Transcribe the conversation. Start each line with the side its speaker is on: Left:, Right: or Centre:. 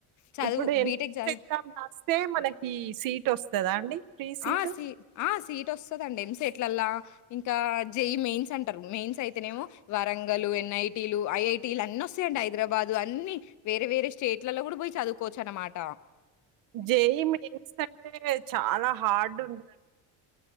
Left: చదువు
Right: ఇప్పుడు ఎంట్ర
Left: బీటెక్ చదివి
Right: ఎగ్జామ్ రాస్తే మనకి సీట్ వస్తదా అండి. ఫ్రీ సీటు?
Left: ఆ సి ఆ సీట్ వస్తదండి ఎంసేట్ ఇట్లాలా ఇంకా జేఈ మెయిన్స్ అంటారు. మెయిన్స్ అయితేనేమో వరంగలు ఎన్ ఐ టీలు ఐఐ టిలని అన్ని వస్తాయండి. హైదరాబాద్ అన్నీ వేరే వేరే స్టేట్లలో కూడా పోయి చదువుకోవచ్చు అనమాట.
Right: జె ఈ మెయిన్స్ అంటే చానా హార్డ్ ఉంట్